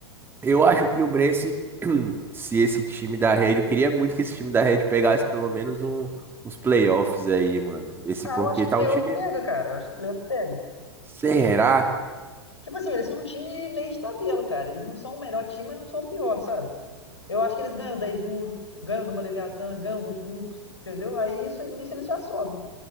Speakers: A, on the right (about 15°); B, on the left (about 80°).
A: eu acho que o Brence, <clears throat> se esse time da Red, eu queria muito que esse time da Red pegasse pelo menos um, uns playoffs aí, mano. Esse
B: Ah,
A: porque
B: eu acho que
A: tá
B: playoff
A: um time.
B: pega, cara. Eu acho que playoff pega.
A: Será?
B: Tipo assim, eles são um time meio de tabela, cara. Eles não são o melhor time, mas não são o pior, sabe? Eu acho que eles ganham 10 Urus, ganham de uma Leviatã, ganham de um Fluxo, entendeu? Aí isso, nisso eles já sobem.